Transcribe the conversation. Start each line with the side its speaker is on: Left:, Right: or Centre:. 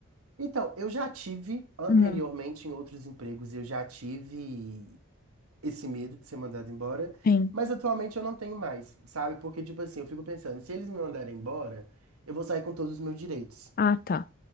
Right: Então, eu já tive anteriormente
Left: Hum,
Right: em outros empregos, eu já tive esse medo de ser mandado embora,
Left: sim.
Right: mas atualmente eu não tenho mais, sabe? Porque, tipo assim, eu fico pensando, se eles me mandarem embora, eu vou sair com todos os meus direitos.
Left: Ah, tá.